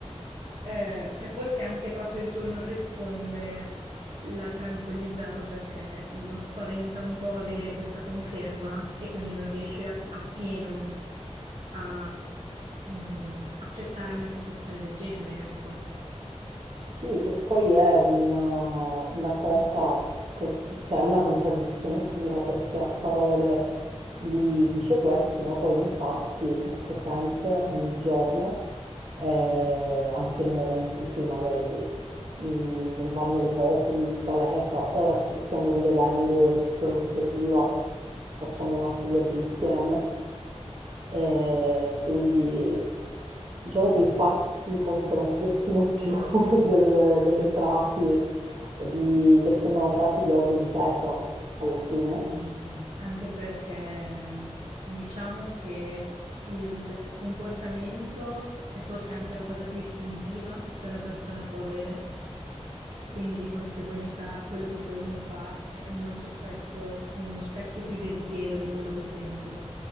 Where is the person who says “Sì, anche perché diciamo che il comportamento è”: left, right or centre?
Right